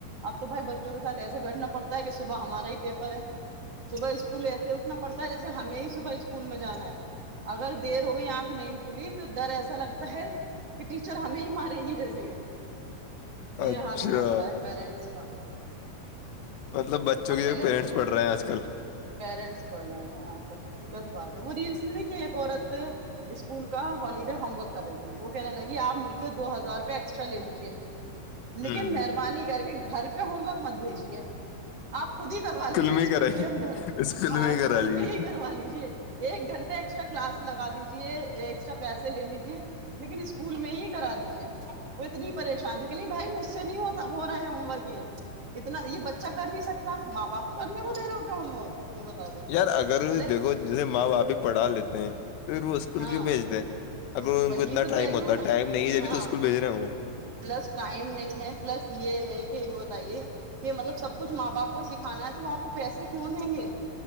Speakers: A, on the right; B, on the left.
A: آپ تو بھائی بچوں کے ساتھ ایسے بیٹھنا پڑتا ہے کہ صبح ہمارا ہی پیپر ہے صبح اسکول ایسے اٹھنا پڑتا ہے جیسے ہمیں ہی صبح اسکول میں جانا ہے اگر دیر ہو گئی آنکھ نہیں کھلی تو ڈر ایسا لگتا ہے کہ ٹیچر ہمیں ہی مارے گی جیسے کہ یہ
B: اچھا
A: حال ہوا پڑا ہے پیرنٹس کا
B: مطلب بچوں
A: اور
B: کے
A: پہلے
B: جو پییرنٹس پڑھ رہے ہیں آج کل
A: پیرنٹس پڑ رہے ہیں آج کل ہچی کا تو بات ہے وہ ریلس نہیں دیکھی ایک عورت اسکول کا ہالیڈے ہوم ورک کر رہی تھی وہ کہنے لگی آپ مجھ سے دو ہزار روپئے ایکسٹرا لے لیجیے
B: <inaudible> ہ
A: لیکن مہربانی کر کے گھر پہ ہوم ورک مت بھیجیے آپ خود ہی کروا لیجیے
B: میں
A: اسکول
B: ہی کرائی
A: کے اندر
B: اسکول
A: ہاں
B: میں ہی
A: اسکول
B: کرا لیجیے
A: میں ہی کروا لیجے ایک گھنٹہ ایکسٹرا کلاس لگا دیجیے ایکسٹرا پیسے لے لیجے لیکن اسکول میں ہی کرا دیجیے وہ اتنی پریشان تھی کہ نہیں بھائی مجھ سے نہیں ہوتا ہو رہا ہے ہوم ورک یہ اتنا یہ ب اچھا کر نہیں سکتا ماں باپ کو کرنے کو دے رہے ہو کیا ہوم ورک یہ بتا دو
B: یار اگر
A: مطلب
B: دیکھو جیسے ماں باپ ہی پڑھا لیتے ہیں پھر وہ اسکول
A: ہاں
B: کیوں بھیجتے ہیں
A: وہی
B: اگر ان کو اتنا
A: تو کہہ
B: ٹائم
A: رہی
B: ہوتا
A: ہوں
B: ہے
A: میں
B: ٹائم نہیں ہے ابھی
A: ہاں
B: تو اسکول بھیج رہے ہوں
A: پلس ٹائم نہیں ہے پلس یہ ہے کہ بتائیے یہ مطلب سب کچھ ماں باپ کو سکھانا ہے تو آپ کو پیسے کیوں دیں گے